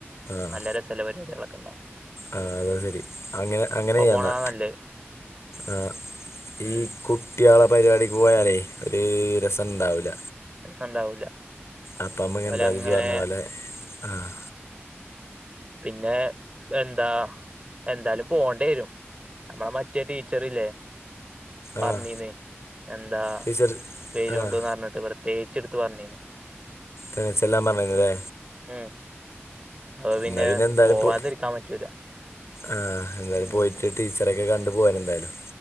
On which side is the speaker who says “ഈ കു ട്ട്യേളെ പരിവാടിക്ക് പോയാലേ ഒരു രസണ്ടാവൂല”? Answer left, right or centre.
Left